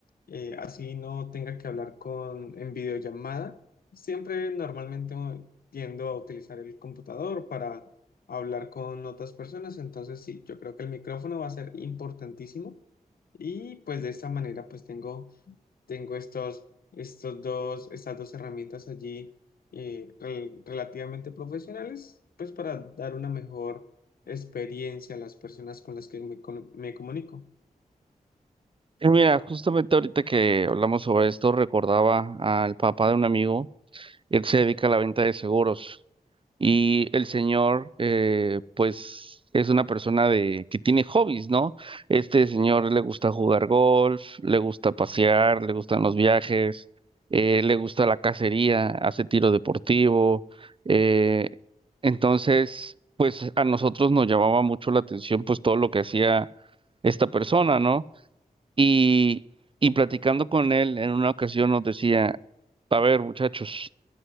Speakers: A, on the left; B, on the right.
A: eh, así no tenga que hablar con en videollamada. Siempre normalmente uh, tiendo a utilizar el computador para hablar con otras personas, entonces sí, yo creo que el micrófono va a ser importantísimo y pues de esta manera pues tengo tengo estos, estos dos, estas dos herramientas allí eh, rel- relativamente profesionales, pues para dar una mejor experiencia a las personas con las que me, con- me comunico.
B: Y Mira, justamente ahorita que hablamos sobre esto, recordaba al papá de un amigo, él se dedica a la venta de seguros y el señor, eh, pues, es una persona de que tiene hobbies, ¿no? Este señor le gusta jugar golf, le gusta pasear, le gustan los viajes, eh, le gusta la cacería, hace tiro deportivo, eh, entonces pues, a nosotros nos llamaba mucho la atención, pues, todo lo que hacía esta persona, ¿no? Y, y platicando con él en una ocasión nos decía, a ver, muchachos,